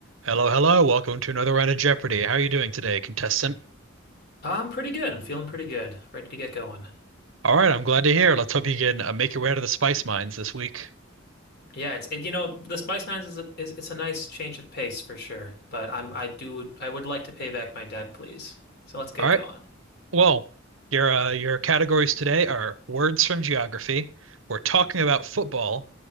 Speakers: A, on the right; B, on the left.
A: Hello, hello. Welcome to another round of Jeopardy. How are you doing today, contestant?
B: I'm pretty good. I'm feeling pretty good. Ready to get going.
A: All right, I'm glad to hear. Let's hope you can uh, make your way out of the spice mines this week.
B: Yeah, it's it, you know, the Spice Nines is, a, is it's a nice change of pace for sure, but I'm I do I would like to pay back my debt, please. So let's get
A: All right.
B: going.
A: Well, your uh, your categories today are words from geography. We're talking about football.